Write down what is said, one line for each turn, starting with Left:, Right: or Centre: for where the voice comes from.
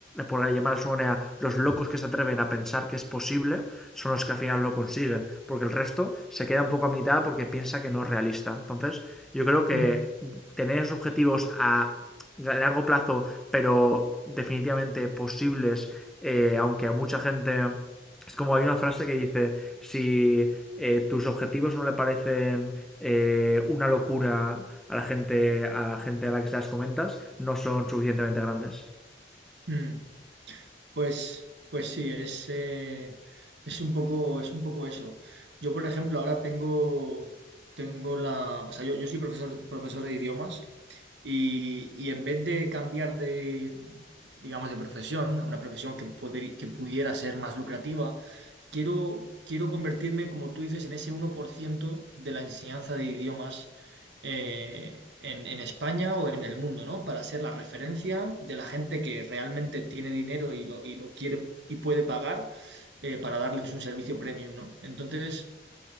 Centre: por llamar a su manera, los locos que se atreven a pensar que es posible son los que al final lo consiguen, porque el resto se queda un poco a mitad porque piensa que no es realista. Entonces, yo creo que
Right: mm,
Centre: tener esos objetivos a largo plazo, pero definitivamente posibles, eh, aunque a mucha gente... Es como hay una frase que dice, si eh, tus objetivos no le parecen eh, una locura a la gente a la gente a la que se las comentas, no son suficientemente grandes.
Right: mm. Pues, pues sí, es, eh, es un poco, es un poco eso. Yo, por ejemplo, ahora tengo, tengo la, o sea, yo, yo soy profesor, profesor de idiomas y, y en vez de cambiar de, digamos, de profesión, a una profesión que, poder- que pudiera ser más lucrativa, quiero, quiero convertirme, como tú dices, en ese uno por ciento de la enseñanza de idiomas eh, en, en España o en el mundo, ¿no? Para ser la referencia de la gente que realmente tiene dinero y lo, y lo quiere y puede pagar eh, para darles un servicio premium, ¿no? Entonces,